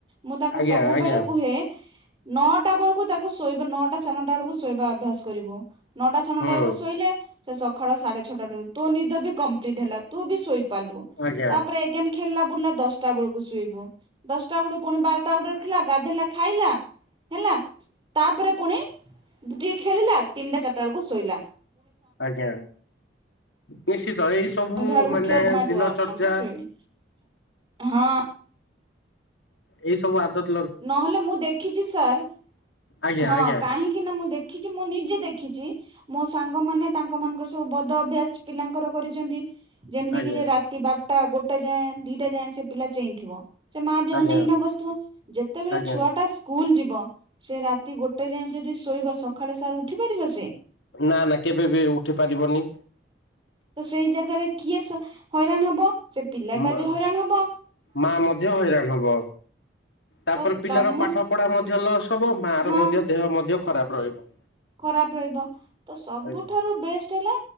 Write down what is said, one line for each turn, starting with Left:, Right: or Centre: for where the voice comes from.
Right: ମୁଁ ତାକୁ
Left: ଆଜ୍ଞା
Right: ସବୁବେଳେ
Left: ଆଜ୍ଞା
Right: କୁହେ ନଅଟା ବେଳକୁ ତାକୁ ଶୋଇବା ନଅଟା ସାଢେ ନଅଟା ବେଳକୁ ଶୋଇବା ଅଭ୍ୟାସ କରିବ ନଅଟା ସାଢ଼େ ନଅଟା
Left: ହୁଁ
Right: ବେଳକୁ ଶୋଇଲେ ସେ ସକାଳ ସାଢେ ଛୋଟରୁ ତୋ ନିଦ ବି କମ୍ ମ୍ପ୍ଲିଟ ହେଲା ତୁ ବି ସୋଇ ପାରିଲୁ
Left: ଆଜ୍ଞା
Right: ତାପରେ ଏଗେନ୍ ଖେଳିଲା ବୁଲିଲା ଦଶ୍ ବେଳକୁ ଶୁଇବୁ ଦଶଟା ବେଳୁ ପୁଣି ବାରଟା ଗୁଟେ ଉଠିଲା ଗାଧେଇଲା ଖାଇଲା ହେଲା ତାପରେ ପୁଣି ଟିକେ ଖେଳିଲା ତିନିଟା ଚାରିଟା ବେଳକୁ ଶୁଇଲା।
Left: ଆଜ୍ଞା। ପୁଇସ୍ ହିତ ଏଇ ସବୁ
Right: ସନ୍ଧ୍ୟା ବେଳକୁ
Left: ମାନେ
Right: ଖିଅ
Left: ଦିନଚର୍ଯ୍ୟା
Right: ଛୁଆଙ୍କୁ ଶୋଇନି ହଁ।
Left: ଏଇ ସବୁ ଆଦତ୍
Right: ନହେଲେ ମୁଁ ଦେଖିଛି ସାର୍
Left: ଆଜ୍ଞା
Right: ହଁ
Left: ଆଜ୍ଞା
Right: କାହିଁକି ନା ମୁଁ ଦେ ଖିଛି ମୁଁ ନିଜେ ଦେଖିଛି ମୋ ସାଙ୍ଗମାନେ ତାଙ୍କ ମାନଙ୍କର ସବୁ ବଦ ଅଭ୍ୟାସ ପିଲାଙ୍କର କରିଛନ୍ତି। ଯେମିତି
Left: ଆଜ୍ଞା
Right: କି ଯେ ରାତି ବାର୍ ଟା, ଗୋଟା ଯାଏଁ, ଦିଟା ଯାଏଁ ସେ ପିଲା ଚେଇଁଥିବ। ସେ ମା ବି
Left: ଆଜ୍ଞା
Right: ଅନେଇକିନା ବସିଥିବ। ଯେତେବେଳେ
Left: ଆଜ୍ଞା
Right: ଛୁଆଟା ସ୍କୁ ଉଲ୍ ଯିବ ସେ ରାତି ଗୋଟେ ଯାଏଁ ଜଦି ସ୍ ଶୋଇବ ସଖାଳେ ସାର୍ ଉଠି ପାରିବ ସେ?
Left: ନା ନା କେବେ ବି ଉଠି ପାରିବନି।
Right: ତ ସେଇ ଜାଗାରେ କିଏ ସା ହଇରାଣ ହବ। ସେ ପିଲାଟା
Left: ହୁମ୍ବାଉ
Right: ବି ହଇରାଣ ହବ
Left: ମା ମଧ୍ୟ ହଇରାଣ ହବ। ତାପରେ
Right: ତ
Left: ପିଲାର
Right: ତମ
Left: ପାଠ ପଢା ମ ଜେଲସ୍ ତମ ମା ର
Right: ହଁ
Left: ମଧ୍ୟ ଦେହ ମଧ୍ୟ ଖରାପ୍ ରହିବ।
Right: ଖରାପ ରହିବ ତ ସବୁଠାରୁ
Left: ଆଜ୍ଞା
Right: ବେଷ୍ଟ୍ ହେଲା,